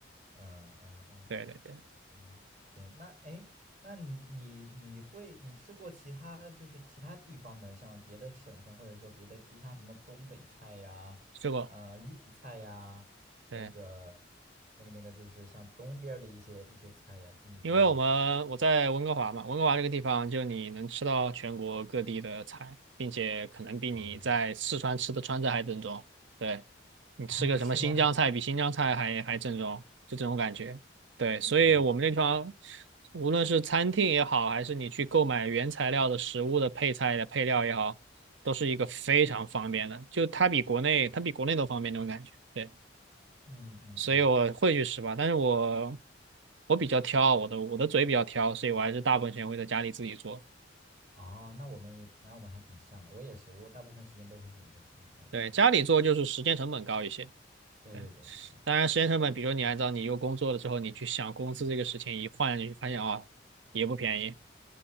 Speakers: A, on the right; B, on the right.
A: 嗯嗯嗯
B: 对对对，
A: 嗯，行，那哎，诶那你你会你吃过其他就是其他地方的，像别的省份或者说别的地，像什么东北菜呀，
B: 吃过。
A: 呃，粤菜呀，那个
B: 对，
A: 那个那个，就是像东边儿的一些一些菜呀，你你有吃过
B: 因为我们我在温哥华嘛，温哥华这个地方就你能吃到全国各地的菜，并且可能比你在四川吃的川菜还正宗。
A: 啊
B: 对。
A: <laughs>
B: 你吃个什么新疆菜，
A: 啊，是吗？
B: 比新疆菜还还正宗，就这种感觉。对，
A: <laughs>
B: 所以我们这地方，无论是餐厅也好，还是你去购买原材料的食物的配菜的配料也好，都是一个非常方便的，就它比国内它比国内都方便那种感觉。对，
A: 嗯嗯嗯，
B: 所以我会去吃吧，但是我我比较挑，我的我的嘴比较挑，所以我还是大部分时间会在家里自己做。
A: 哦，那我们也，那我们还挺像的。我也是，我大部分时间都会选择在自己家里做。
B: 对，家里做就是时间成本高一些。
A: 对对对，
B: 对。
A: 是的。
B: 当然，时间成本，
A: 嗯嗯
B: 比如你按照你又工作了之后，你去想工资这个事情，一换你就发现啊，也不便宜。